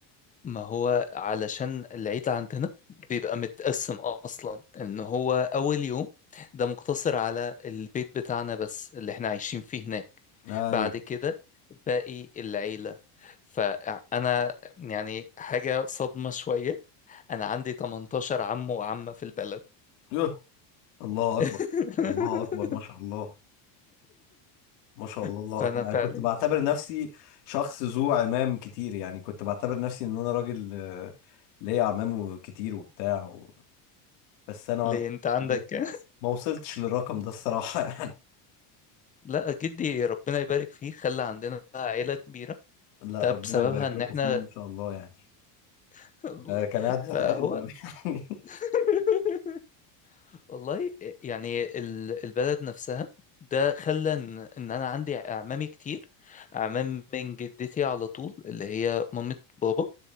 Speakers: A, on the left (about 15°); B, on the left (about 75°).
A: ما هو علشان العيد عندنا بيبقى متقسم اصلا ان هو اول يوم ده مقتصر على البيت بتاعنا بس اللي احنا عايشين فيه هناك
B: ايوه
A: بعد كده باقي العيلة فانا يعني حاجة صدمة شوية انا عندي 18 عم وعمة في البلد
B: يوه. الله
A: <laughs>
B: اكبر الله اكبر ما شاء الله ما شاء الله الله
A: فانا
B: اكبر انا
A: فعلا
B: كنت بعتبر نفسي شخص ذو عمام كتير يعني كنت بعتبر نفسي ان انا راجل آه، ليا عمام كتير وبتاع و... بس انا
A: ليه انت عندك
B: ما
A: كام؟
B: ما وصلتش للرقم ده الصراحة <laughs> يعني
A: لا جدي ربنا يبارك فيه خلى عندنا بقى عيلة كبيرة
B: لا
A: ده
B: ربنا
A: بسببها
B: يبارك
A: ان
B: لكم
A: احنا
B: فيه ما شاء الله يعني
A: <laughs>
B: آه، كان قاعد زهقان
A: فهو
B: أوي <laughs> يعني
A: <laughs> والله يعني ال- البلد نفسها ده خلى ان إن انا عندي اعمامي كتير اعمام من جدتي على طول اللي هي مامة بابا